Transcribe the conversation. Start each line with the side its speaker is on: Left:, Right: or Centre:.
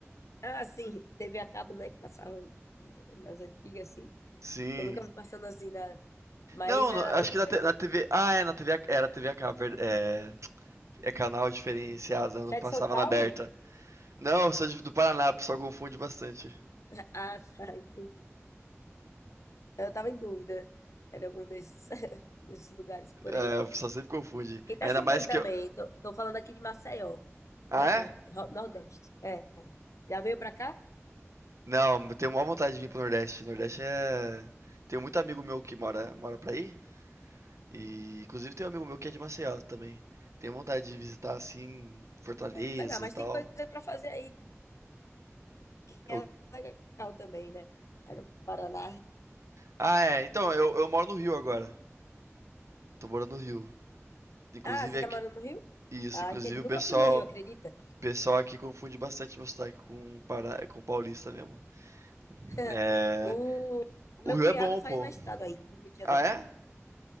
Left: Ah, sim, TV a cabo, né? Que passava na- nas antigas, assim,
Right: Sim.
Left: que eu nunca vi passando assim na. Mas
Right: Não,
Left: era-
Right: não, acho
Left: eu comecei.
Right: que na, te- na TV. Ah, é, na TV. a- Era TV a cabo, é, é canal diferenciado, né?
Left: Você
Right: não
Left: é
Right: passava
Left: de São Paulo?
Right: na aberta. Não, eu sou de- do Paraná, o pessoal confunde bastante.
Left: <laughs> Ah, tá, entendi. Eu tava em dúvida. Era algum desses, <laughs> desses lugares por
Right: É,
Left: aí.
Right: o pessoal sempre confunde.
Left: Porque
Right: Ainda
Left: tá chovendo
Right: mais que
Left: também.
Right: eu.
Left: Tô, tô falando aqui de Maceió,
Right: Ah,
Left: é, é,
Right: é?
Left: é, Ro- Nordeste. É. Já veio pra cá?
Right: Não, eu tenho maior vontade de vir pro Nordeste. Nordeste é. Tenho muito amigo meu que mora, mora pra aí. E inclusive tem um amigo meu que é de Maceió também. Tenho vontade de visitar assim, Fortaleza
Left: É muito legal, mas
Right: e tal.
Left: tem coisa pra fazer aí que
Right: Eu-
Left: é legal também, né? Aí no Paraná.
Right: Ah, é. Então, eu, eu moro no Rio agora. Tô morando no Rio. Inclusive
Left: Ah, você
Right: aqui.
Left: tá morando no Rio?
Right: Isso,
Left: Ah,
Right: inclusive
Left: entendi.
Right: o
Left: Nunca
Right: pessoal.
Left: fui no Rio,
Right: O
Left: acredita?
Right: pessoal aqui confunde bastante meu sotaque com, para... com paulista mesmo.
Left: <laughs>
Right: É.
Left: O meu
Right: O Rio
Left: cunhado
Right: é bom,
Left: faz
Right: pô.
Left: mestrado aí no Rio de Janeiro.
Right: Ah, é?